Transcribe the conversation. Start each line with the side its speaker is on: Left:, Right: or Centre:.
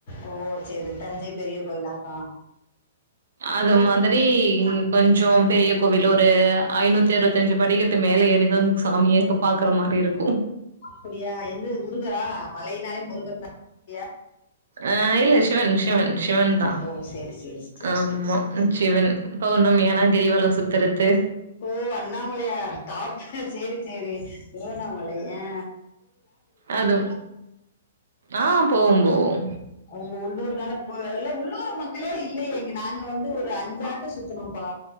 Left: ஓ சரி தஞ்சை பெரிய கோயிலாக்கா
Right: அது மாதிரி கொஞ்சோ பெரிய கோவில் ஒரு ஐநூத்தி அறுவத்தஞ்சு படிக்கட்டு மேல ஏறிதான் சாமியே கும் பாக்குற மாரி இருக்கூ
Left: அப்படியா என்னது முருகரா மழையினாலே முருகர் தா இல்லியா
Right: ஆ இல்ல சிவன் சிவன் சிவன் தா
Left: ஓ சேரி சேரி சேரி
Right: ஆமா
Left: சேரி
Right: சிவன் பௌர்ணமி ஆனா கிரிவலம் சுத்துறது
Left: ஓ அண்ணாமலையார் காப் சேரி சேரி திருவண்ணாமலை அ
Right: அது ஆ போவோம் போவோம்
Left: உங்க உள்ளூர்னால போல்ல உள்ளூரு மக்களே இல்லையேங்க நாங்க வந்து ஒரு அஞ்சு ஆட்ட சுத்தனோம்ப்பா